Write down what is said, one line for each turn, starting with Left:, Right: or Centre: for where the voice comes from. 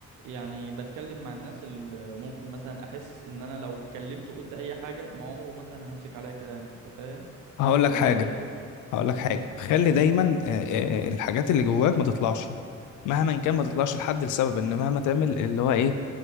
Right: يعني بتكلم مع الناس اللي ممكن مثلا احس ان انا لو اتكلمت وقلت اي حاجه ما عمره مثلا هيمسك عليا كلام انت فاهم
Left: هقول لك
Right: الموضوع
Left: حاجة
Right: ده بيريح
Left: هقول لك
Right: امم
Left: حاجة خلي دايما آه، آه، الحاجات اللي جواك ما تطلعش مهما كان ما تطلعش لحد لسبب ان مهما تعمل اللي هو ايه